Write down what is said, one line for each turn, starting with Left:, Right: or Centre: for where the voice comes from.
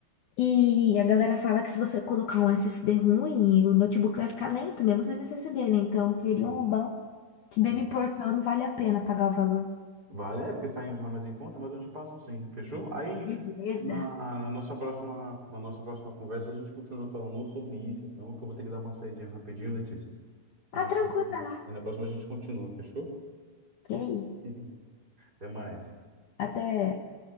Left: E a galera fala que se você colocar um SSD ruim, o notebook vai ficar lento, mesmo sem SSD, né? Então, eu queria
Right: Sim.
Left: um bom, que bem
Right: Sim.
Left: me importando, vale a pena pagar o valor.
Right: Vale, é porque saem lá mais em conta, mas eu te passo sim, fechou? Aí,
Left: Beleza.
Right: na, na nossa próxima, na nossa próxima conversa, a gente continua falando sobre isso, então, que eu vou ter que dar uma saidinha rapidinho, Letícia.
Left: Ah,
Right: Mas
Left: tranquila.
Right: na próxima a gente continua, fechou?
Left: Ok.
Right: <laughs> Até mais.
Left: Até.